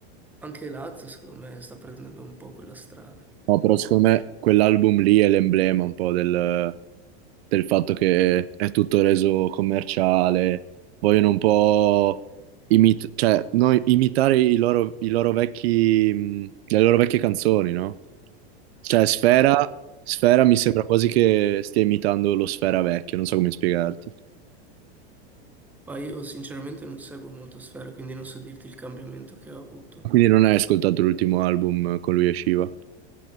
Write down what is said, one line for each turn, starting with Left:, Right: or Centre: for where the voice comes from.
Centre: Anche Lazza, secondo me, sta prendendo un po' quella strada.
Right: No, però secondo me quell'album lì è l'emblema un po' del, del fatto che è tutto reso commerciale, vogliono un po' imit- cioè, no, imitare i loro, i loro vecchi, mh, le loro vecchie canzoni, no? Cioè, Sfera, Sfera mi sembra quasi che stia imitando lo Sfera vecchio, non so come spiegarti.
Centre: Ma io sinceramente non seguo molto Sfera, quindi non so dirti il cambiamento che ha avuto.
Right: Quindi non hai ascoltato l'ultimo album con lui e Shiva.